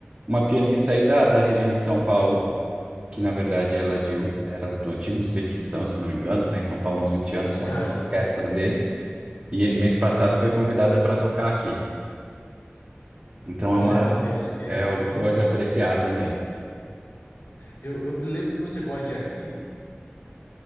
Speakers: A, on the right; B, on the left.
A: uma pianista aí da, da região de São Paulo, que na verdade ela é de, Uz- era do antigo Uzbequistão, se eu não me engano, tá em São Paulo há uns 20 anos, toca
B: Caramba.
A: na orquestra deles. E mês passado foi convidada para tocar aqui. Então
B: Olha,
A: é uma,
B: Matheus, que,
A: é algo
B: que
A: que
B: legal.
A: eu gosto de apreciar também.
B: Eu, eu me lembro que você gosta de anime,